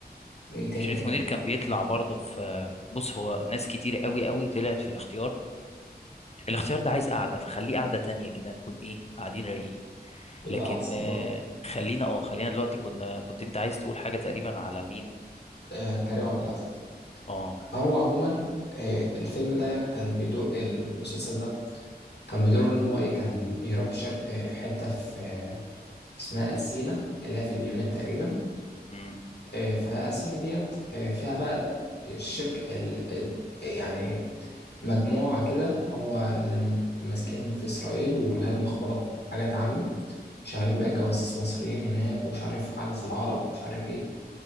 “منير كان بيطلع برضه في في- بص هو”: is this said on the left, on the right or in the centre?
Left